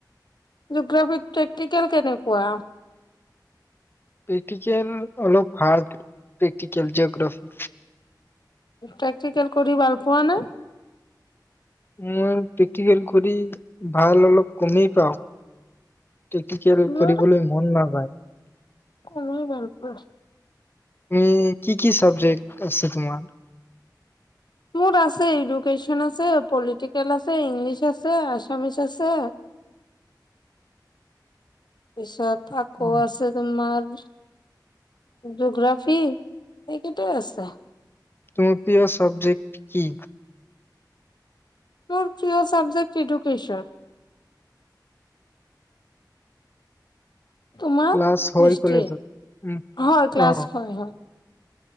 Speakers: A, on the left; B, on the left.
A: জগ্ৰাফী প্ৰেক্টিকেল কেনেকুৱা
B: প্ৰেক্টিকেল অলপ হাৰ্ড প্ৰেক্টিকেল জিঅ'গ্ৰাফি
A: প্ৰেক্টিকেল কৰি ভাল পোৱা না
B: মই প্ৰেক্টিকেল কৰি ভাল অলপ কমেই পাওঁ প্ৰেক্টিকেল
A: নি
B: কৰিবলৈ মন নাযায়।
A: মানে গ অ
B: উম কি কি চাবজেক্ট আছে তোমাৰ
A: মোৰ আছে এডুকেশচন আছে পলিটিকেল আছে ইংলিছ আছে আছামিচ আছে তাৰ পিছত থাকৌ
B: অ
A: আছে তোমাৰ জগ্ৰাফি এইকেইট আছে
B: তুম প্ৰিয় চাবজেক্ট কি
A: মোৰ প্ৰিয় চাবজেক্ট এডুকেশ্যন তোমাৰিষ্ট
B: ক্লাছ হয় কলেজত? উম
A: হয় ক্লাছ
B: অ
A: হয় হয়